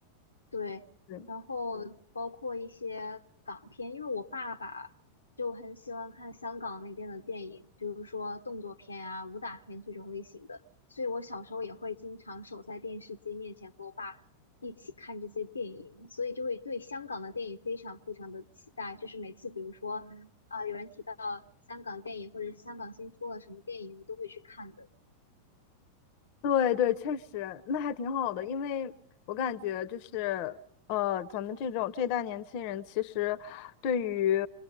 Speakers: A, on the left; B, on the left.
A: 对，
B: 对
A: 然后嗯包括一些港片，因为我爸爸就很喜欢看香港那边的电影，比如说动作片啊、武打片这种类型的，所以我小时候也会经常守在电视机面前和我爸一起看这些电影，所以就会对香港的电影非常非常的期待。就是每次比如说嗯啊、有人提到香港电影或者是香港新出了什么电影，我都会去看的。
B: 对对，确实，那还挺好的，因为我感觉就是，呃，咱们这种这一代年轻人，其实对于